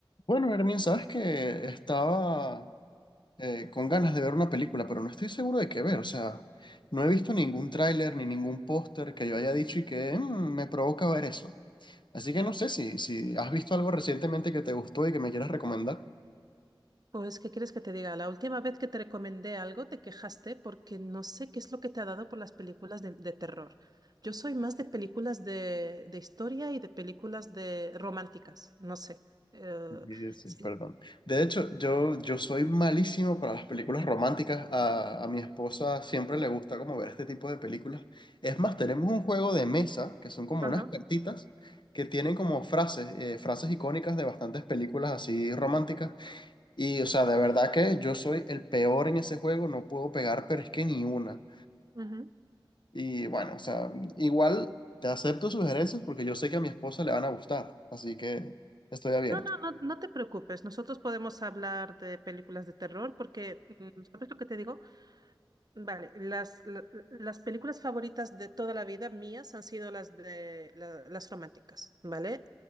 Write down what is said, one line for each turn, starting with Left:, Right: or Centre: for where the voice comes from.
Left: Bueno, Hermin, sabes que estaba eh, con ganas de ver una película, pero no estoy seguro de qué ver. O sea, no he visto ningún tráiler ni ningún póster que yo haya dicho y que "Mm, me provoca ver eso. Así que no sé si, si has visto algo recientemente que te gustó y que me quieras recomendar.
Right: Pues, ¿qué quieres que te diga? La última vez que te recomendé algo, te quejaste porque no sé qué es lo que te ha dado por las películas de, de terror. Yo soy más de películas de, de historia y de películas de románticas, no sé. Eh,
Left: Sí, sí,
Right: sí.
Left: perdón. De hecho, yo, yo soy malísimo para las películas románticas. A, a mi esposa siempre le gusta como ver este tipo de películas. Es más, tenemos un juego de mesa que son como
Right: Ajá.
Left: unas cartitas que tienen como frases, eh, frases icónicas de bastantes películas así románticas. Y, o sea, de verdad que yo soy el peor en ese juego, no puedo pegar, pero es que ni una.
Right: ujú.
Left: Y bueno, o sea, igual te acepto sugerencias porque yo sé que a mi esposa le van a gustar, así que estoy abierto.
Right: No, no, no, no te preocupes. Nosotros podemos hablar de películas de terror porque, mm, ¿sabes lo que te digo? Vale, las, la- las películas favoritas de toda la vida mías han sido las de la- las románticas, ¿vale?